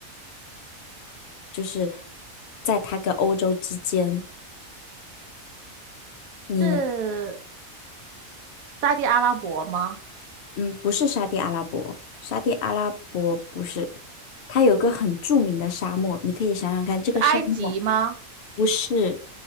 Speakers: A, on the left; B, on the right.
A: 就是在它跟欧洲之间，你能，
B: 是沙地阿拉伯吗？
A: 嗯，不是沙地阿拉伯，沙地阿拉伯不是，它有个很著名的沙漠，你可以想想看，这个沙漠
B: 是埃及吗？
A: 不是